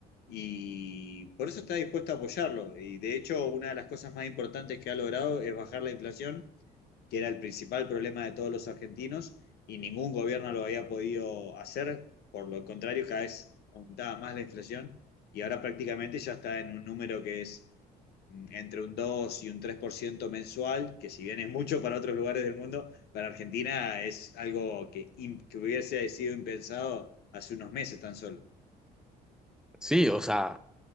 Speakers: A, on the left; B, in the centre.
A: y por eso está dispuesto a apoyarlo. Y de hecho, una de las cosas más importantes que ha logrado es bajar la inflación, que era el principal problema de todos los argentinos, y ningún gobierno lo había podido hacer. Por lo contrario, cada vez aumentaba más la inflación y ahora prácticamente ya está en un número que es mm, entre un 2 y un 3% mensual, que si bien es mucho para otros lugares del mundo, para Argentina es algo que, im- que hubiese sido impensado hace unos meses tan solo.
B: Sí, o sea,